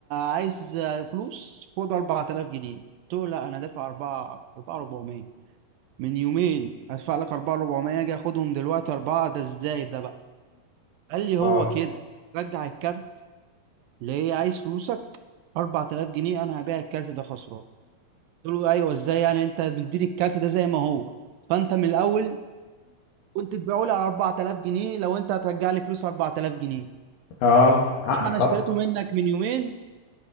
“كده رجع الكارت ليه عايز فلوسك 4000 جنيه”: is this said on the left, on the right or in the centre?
Right